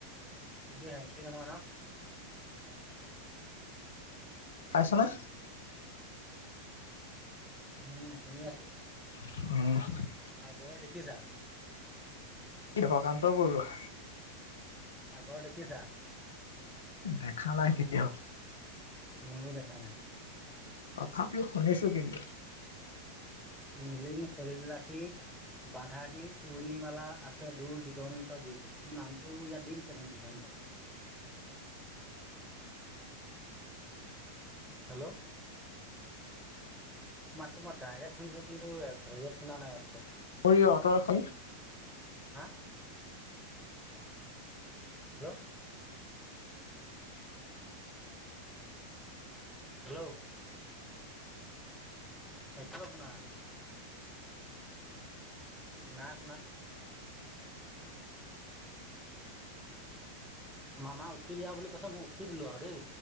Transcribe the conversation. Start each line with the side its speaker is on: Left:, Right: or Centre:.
Centre: তোৰটো হেনস্পি নহয় ন?
Left: পাইছনে?
Centre: উম। উম, শুনি আছোঁ।
Left: অ'।
Centre: সাগৰ দেখিছা?
Left: দেৱকান্ত বৰুৱা।
Centre: সাগৰ দেখিছা?
Left: দেখা নাই কেতিয়াও।
Centre: মইও দেখা নাই।
Left: তথাপিও শুনিছোঁ কিন্তু।
Centre: নীলিম শৰীৰ <unintelligible> বাধাহীন উৰ্ণিমালা আছে, দূৰ দিগন্ত বিয়পী। তোৰ নামটো ইয়াত দি দিছে দেখোন দিগন্ত। হেল্ল। মাততো মই ডাইৰেক্ শুনিছো কিন্তু এ, হেৰিয়ত শুনা নাই এপচত।
Left: <unintelligible> অত' এখন
Centre: হা হেল্ল। হেল্ল। একোএ শুনা নাই দেখোন। নাই শুনা। মামা উঠি দিয়া বুলি কৈছে, মই উঠি দিলোঁ আৰু দেই।